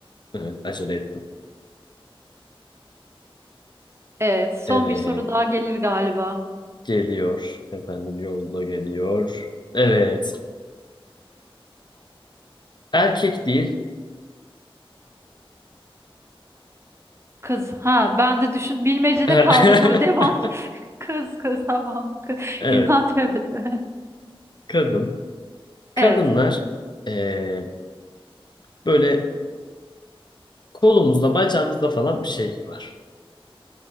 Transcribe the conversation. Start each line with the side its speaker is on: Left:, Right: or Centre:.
Left: evet acele ettim.
Right: Evet son
Left: Evet
Right: bir soru daha gelir galiba.
Left: geliyor. Efendim yolda geliyor. Evet. Erkek değil.
Right: Kız ha ben de düşün bilmecede
Left: <laughs>
Right: kaldık ama devam <laughs> kız kız tamam kız. <laughs>
Left: Evet.
Right: Ya, tövbe <laughs>
Left: Kadın. Kadınlar
Right: Evet
Left: eee, böyle kolumuzda bacağımızda falan bir şey var.